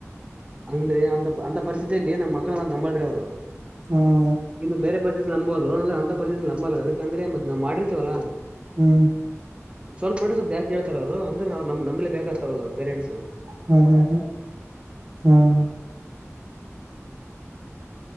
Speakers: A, on the right; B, on the right.
A: ಅಂದ್ರೆ ಅಂತ ಅಂತ ಪರಿಸ್ಥಿತಿ ಸ್ ನಮ್ಮ ಮಕ್ಕಳ ನಂಬಾಡ್ರಿ ಅವರು
B: ಹ್ಮ್
A: ಇ ಬೇರೆ ಪಸೆ ನಂಬೋದ <unintelligible> ಅಲ್ಲ ಅದಕಂದ್ರೆ ಬತ್ ನಾ್ ಮಾಡಿರ್ತಿವಲ್ಲ
B: ಹ್ಮ್
A: ಸ್ವಲ್ಪ ಮಾಡಿ ಸ್ವಲ್ಪ ಬ್ಯಾಕ್ ಹೇಳ್ತಾರ ಅವರು ಅಂದ್ರೆ ನಮ್ ನಮ್ಮಲೆ ಬೇಕಾಗ್ತಾವೋಗರು ಪೇರೆಂಟ್ಸು
B: ಹಾ ಹಾ ಹಾ ಹ್ಮ್